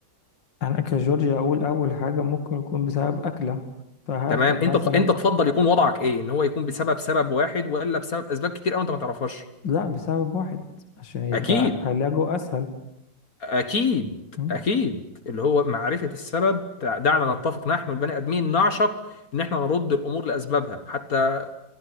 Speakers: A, on the left; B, on the left.
A: انا كجورجيا اقول اول حاجة ممكن يكون بسبب اكلة فهاخد
B: تمام
A: مثلا
B: انت تف- انت تفضل يكون وضعك ايه ان هو يكون بسبب سبب واحد ولا بسبب اسباب كتير قوي انت ما تعرفهاش
A: لا بسبب واحد عشان يبقى
B: اكيد
A: علاجه اسهل
B: اكيد
A: مم.
B: اكيد اللي هو معرفه السبب دع- دعنا نتفق نحن البني ادمين نعشق ان احنا نرد الامور لاسبابها حتى